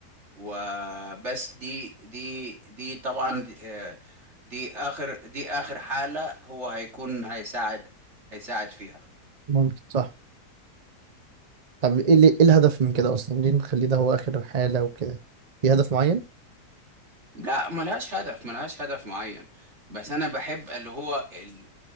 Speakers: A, on the right; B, on the right.
A: وبس دي دي دي طبعا دي, آه، دي اخر دي اخر حالة هو هيكون هيساعد هيساعد فيها
B: ممكن صح طب ايه اللي ايه الهدف من كده اصلا ليه نخليه ده هو اخر حالة وكده في هدف معين
A: لا ملهاش هدف ملهاش هدف معين بس انا بحب اللي هو ال...